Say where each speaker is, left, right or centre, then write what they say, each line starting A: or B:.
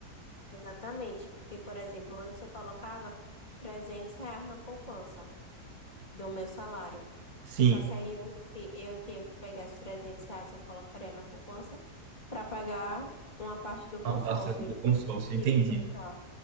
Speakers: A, on the left; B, on the right.
A: Exatamente, porque, por exemplo, antes eu colocava 300 reais na poupança do meu salário.
B: Sim.
A: Só que aí eu, eu tenho que pegar esses 300 reais que eu colocaria na poupança para pagar uma parte do consórcio.
B: Ah, passando
A: Então,
B: do consórcio,
A: eu não consigo
B: entendi.
A: juntar